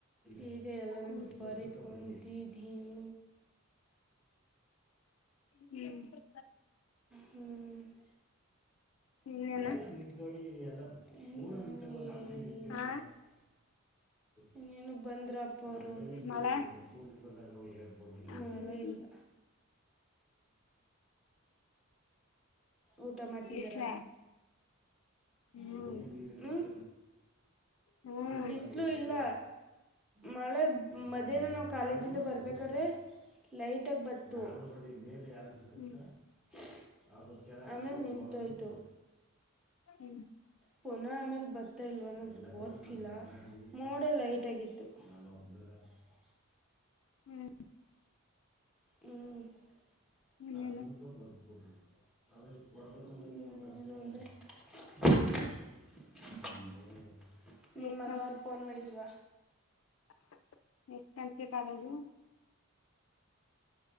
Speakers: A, in the centre; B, on the left (about 75°).
A: ಈಗ ಎಲ್ಲಾನ
B: ಹ್ಮ್ ಹ್ಮ್
A: ಬರಿ ಕುಂತಿದೀನಿ.
B: ಹ್ಮ್
A: ಹ್ಮ್ <inaudible>
B: ಇನ್ನೇನ
A: <unintelligible>
B: ಹಾ
A: ಇನ್ನೇನು ಬಂದ್ರ ಅಪ್ಪ ಅವರು <unintelligible>
B: ಮಳೆ ಹ್ಮ್
A: ಮಳೆ ಇಲ್ಲ
B: <inaudible>
A: ಊಟ ಮಾಡ್ತಿದಿರಾ.
B: ಬಿಸ್ಲ ಹ್ಮ್
A: <unintelligible> ಉಹ್ಹ್
B: ಹ್ಮ್
A: ಬಿಸಿಲು ಇಲ್ಲ. ಮಳೆ ಮಧ್ಯಾಹ್ನ ನಾವು ಕಾಲೇಜ್ಯಿಂದ ಬರ್ಬೇಕಾರೆ ಲೈಟಾಗ್ ಬತು.. <unintelligible>
B: ಹ್ಮ್
A: ಆಮೇಲೆ ನಿಂತಂತೋಯ್ತು.
B: ಹ್ಮ್ <inaudible>
A: ಪುನಃ ಆಮೇಲೆ ಬರ್ತಾ ಇಲ್ವ ಅನ್ನೋದು ಗೊತ್ತಿಲ್ಲ ಮೋಡ ಲೈಟ್
B: ಹ್ಮ್
A: ಆಗಿತ್ತು. <unintelligible>
B: ಹ್ಮ್ <unintelligible>
A: ಹ್ಮ್ <unintelligible> <unintelligible>
B: ಇನ್ನೇನು
A: <unintelligible> ನಿಮ್
B: ಎಷ್ಟ
A: ಮಗ ಅವ್ರು ಫೋನ್ ಮಾಡಲ್ವಾ.
B: <unintelligible> ಎಷ್ಟು ಗಂಕೆ ಕಾಲೇಜು.